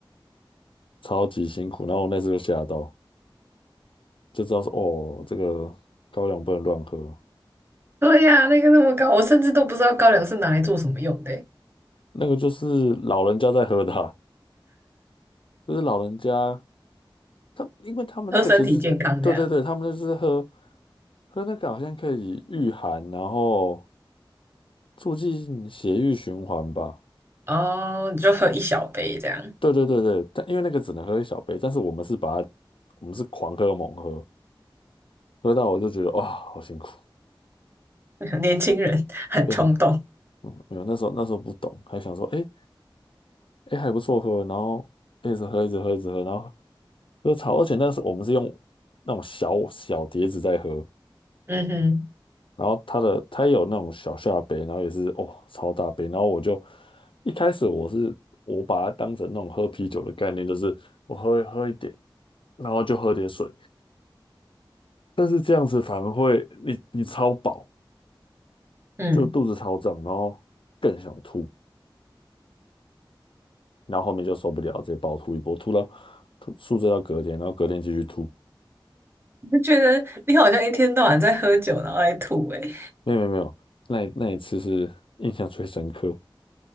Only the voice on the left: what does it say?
超级辛苦，然后我那次就吓到，就知道说哦，这个高粱不能乱喝，
那个就是老人家在喝的啊就是老人家。他因为他们那个其实，
对对对，他们就是喝喝那个好像可以御寒，然后促进血液循环吧。
对对对对，但因为那个只能喝一小杯，但是我们是把它，我们是狂喝猛喝，喝到我就觉得哇，好辛苦，
非常，嗯，没有那时候那时候不懂，还想说，哎哎还不错喝，然后一直喝一直喝一直喝，然后喝超，而且那时候我们是用那种小小碟子在喝，
然后他的他也有那种小下杯，然后也是哦超大杯，然后我就一开始我是我把它当成那种喝啤酒的概念，就是我喝喝一点，然后就喝点水，但是这样子反而会你你超饱，
就肚子超胀，然后更想吐，然后后面就受不了，直接暴吐一波，吐到吐宿醉到隔天，然后隔天继续吐，
没有没有没有，那那一次是 <laughs> 印象最深刻，